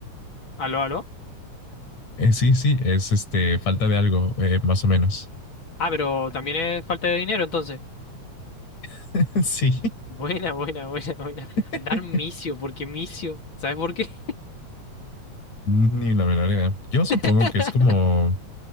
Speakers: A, on the left; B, on the left.
A: ¿Aló, aló?
B: Eh, sí, sí, es este. Falta de algo, eh, más o menos.
A: Ah, pero también es falta de dinero entonces.
B: <laughs> Sí.
A: Buena, buena, buena, buena.
B: <laughs>
A: Andar misio, porque misio. ¿Sabes por qué?
B: Ni la menor idea. Yo supongo
A: <laughs>
B: que es como